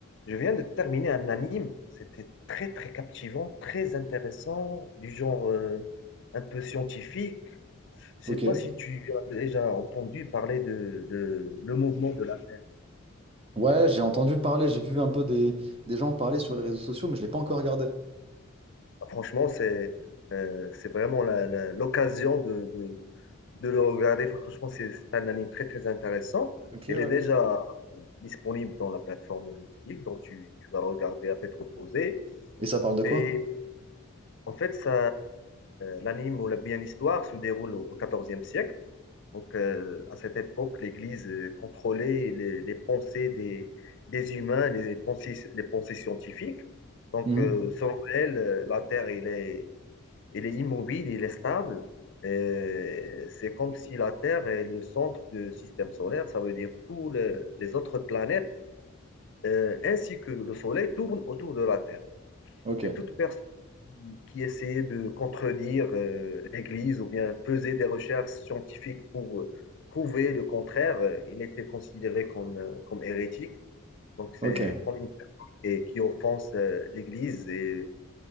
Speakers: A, on the left; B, on the right.
A: Je viens de terminer un anime. C'était très, très captivant, très intéressant, du genre euh, un peu scientifique. Je
B: Ok.
A: sais pas si tu as déjà entendu parler de, de le mouvement de la Terre.
B: Ouais, j'ai entendu parler, j'ai vu un peu des, des gens parler sur les réseaux sociaux, mais je l'ai pas encore regardé.
A: Ah, Franchement, c'est euh, c'est vraiment la- la- l'occasion de, de, de le regarder. Franchement, c'est c'est un anime très, très intéressant.
B: Ok,
A: Il
B: ouais.
A: est déjà disponible dans la plateforme Netflix, donc tu, tu vas le regarder à tête reposée.
B: Et ça parle de quoi?
A: Et En fait, ça, l'anime ou la bien l'histoire se déroule au XIVe siècle. Donc, euh, à cette époque, l'Église euh, contrôlait les, les pensées des, des humains, les pensées, les pensées scientifiques. Donc,
B: Mhm.
A: euh, selon elle, euh, la Terre, elle est, elle est immobile, elle est stable. Et C'est comme si la Terre est le centre du système solaire, ça veut dire tous les, les autres planètes, euh, ainsi que le Soleil, tournent autour de la Terre.
B: Ok,
A: Et toute personne qui essayait de contredire euh, l'Église ou bien faisait des recherches scientifiques pour euh, prouver le contraire, euh, il était considéré comme, euh, comme hérétique. Donc c'est
B: ok,
A: comme une personne qui, qui offense euh, l'Église et